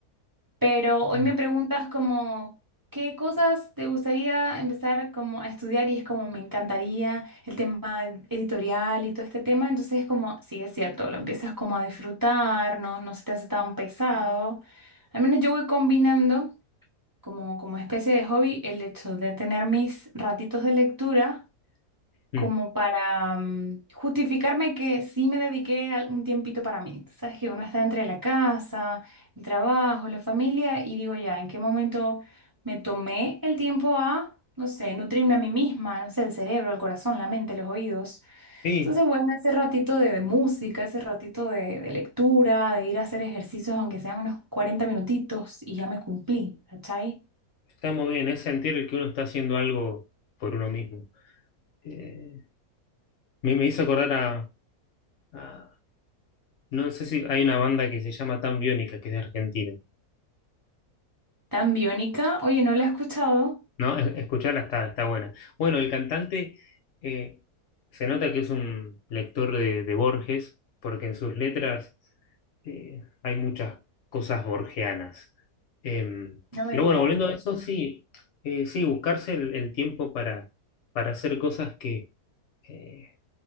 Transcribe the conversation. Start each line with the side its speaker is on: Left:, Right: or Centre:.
Right: Pero hoy
Left: mm,
Right: me preguntas como, ¿qué cosas te gustaría empezar como a estudiar? Y es como, me encantaría el tema editorial y todo este tema. Entonces es como, sí, es cierto, lo empiezas como a disfrutar, ¿no? No se te hace tan pesado. Al menos yo voy combinando como, como especie de hobby el hecho de tener mis ratitos de lectura
Left: mm.
Right: como para mm, justificarme que sí me dediqué al- un tiempito para mí. Tú Sabes que uno está entre la casa, el trabajo, la familia y digo ya, ¿en qué momento me tomé el tiempo a, no sé, nutrirme a mí misma, no sé, el cerebro, el corazón, la mente, los oídos?
Left: sí,
Right: Entonces, bueno, ese ratito de, de música, ese ratito de, de lectura, de ir a hacer ejercicios, aunque sean unos 40 minutitos, y ya me cumplí, ¿cachai?
Left: está muy bien, es sentir el que uno está haciendo algo por uno mismo. Eh, me, me hizo acordar a, a- No sé si hay una banda que se llama Tan Biónica, que es de Argentina.
Right: Tan biónica, oye, no la he escuchado,
Left: No, Es- escucharla está, está buena. Bueno, el cantante eh, se nota que es un lector de, de Borges, porque en sus letras eh, hay muchas cosas borgianas. Em,
Right: no me
Left: pero
Right: digas.
Left: bueno, volviendo a eso, sí, eh, sí, buscarse el, el tiempo para, para hacer cosas que, eh,